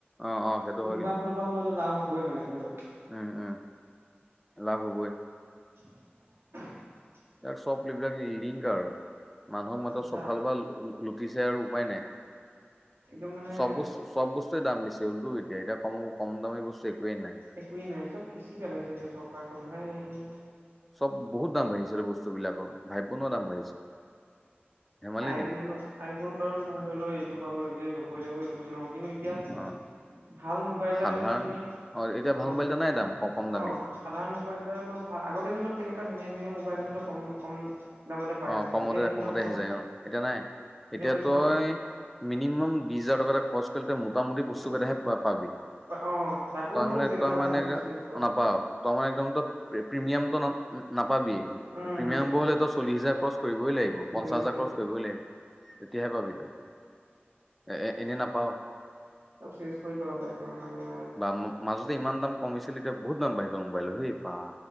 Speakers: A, in the centre; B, on the right.
A: অ অ সেইটো
B: কোনোবা
A: হয় কিন্তু
B: ফালৰ পৰা হ'লোওটো লাভ <unintelligible> মানে ধৰি লও',
A: উম', - উম', লাভ হ'বই'।
B: <unintelligible>
A: ইয়াক চব এইবিলাক লিংক আৰু, মানুহক মাত্ৰ চবফালৰপৰা
B: চা
A: ল', দিছে আৰু উপায় নাই'।
B: একদম মানে
A: চব বস্তু চব বস্তুৱয়ে দাম বেছি হ'লতো এতিয়া, এতিয়া কম, কম দামী বস্তু একোৱেই নাই।
B: একোৱেই নাই চব খিচিৰি কৰি পেলাইছে একে চৰকাৰখনে ভাই'।
A: চব বহুত দাম বাঢ়িছে ৰে বস্তু বিলাকৰ ভাবিবনোৱাৰা দাম বাঢ়িছে। ধেমালি
B: আইফোন
A: নেকি
B: বাৰু আইফোন বাৰু তোমাৰ ধৰি লও এইটো বাৰু ল'বই লাগিব এইটো বুলি নহয়। কিন্তু', এতিয়া
A: অ
B: ভাল মোবাইল এটা
A: সাধাৰণ
B: ধৰি ল তুমি',
A: অ এতিয়া ভাল
B: অ',
A: মোবাইল এটা নাই দাম
B: -
A: কম কম দামী
B: অ', সাধাৰণ মোবাইল ধৰি লওক ভাল আগতে ধৰিলক কেনেকুৱা ধুনীয়া ধুনীয়া মোবাইল কম কম দামতে পাই
A: অ
B: আছিলা
A: কমতে
B: এতিয়া সেইটো
A: কমতে
B: নোপোৱা
A: আহি যায় অ। এতিয়া নাই এতিয়া
B: নোপোৱা
A: তই
B: তুমি
A: মিনিমাম বিশ হাজাৰ টকা এটা খৰচ কৰিলে তই মোটামুটি বস্তু কেইটাহে পা পাবি।
B: অ তাকো
A: তই
B: আকৌ
A: মানে
B: গোটেই কেইটা
A: তই মানে
B: ভাল বস্তু নোপোৱা
A: নাপাওঁ, তই মানে একদম প্ৰিমিয়ামটো ন নাপাবিয়ে,
B: উম
A: প্ৰিমিয়াম
B: উম
A: বোৰ হলে <unintelligible> চল্লিশ হাজাৰ ক্ৰছ কৰিবই লাগিব, পঞ্চাচ
B: কৰিবই
A: হাজাৰ
B: লাগিব
A: ক্ৰছ কৰিবই লাগিব তেতিয়াহে পাবি তই। এনে নাপাওঁ
B: চব চেচ কৰি পেলাব একদম মানে।
A: বা মাজতে ইমান দাম কমিছিল এতিয়া বহুত দাম বাঢ়িল মোবাইলৰ হেই বা